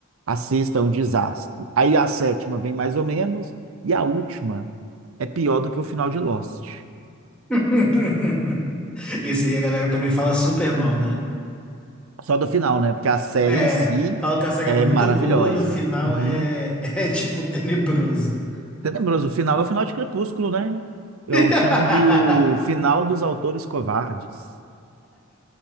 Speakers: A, on the right (about 80°); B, in the centre.
A: A sexta é um desastre. Aí a sétima vem mais ou menos e a última é pior do que o final de Lost.
B: <laughs> Esse aí a galera também fala super mal, né?
A: Só do final, né? Porque a série
B: É,
A: em si
B: fala que a série
A: é
B: é muito
A: maravilhosa.
B: boa e o final
A: Uhum.
B: é, <laughs> é tipo tenebroso.
A: Tenebroso. O final é o final de Crepúsculo, né? Eu
B: <laughs>
A: chamo de o final dos autores covardes.